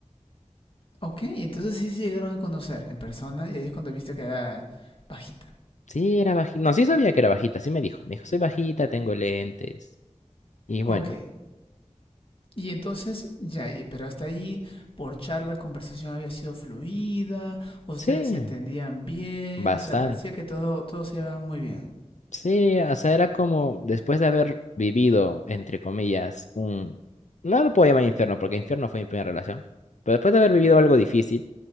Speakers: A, on the left; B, on the left.
A: Ok, entonces sí se llegaron a conocer en persona y ahí es cuando viste que era bajita.
B: Sí, era bajita. No, sí sabía que era bajita, sí me dijo. Me dijo, soy bajita, tengo lentes. Y bueno.
A: Ok, Y entonces, ya, y- pero hasta allí, por charla, la conversación había sido fluida, ustedes
B: Sí,
A: se entendían bien,
B: bastante.
A: o sea, parecía que todo, todo se llevaba muy bien.
B: Sí, o sea, era como después de haber vivido, entre comillas, un... No lo puedo llamar infierno, porque infierno fue mi primera relación. Pero después de haber vivido algo difícil,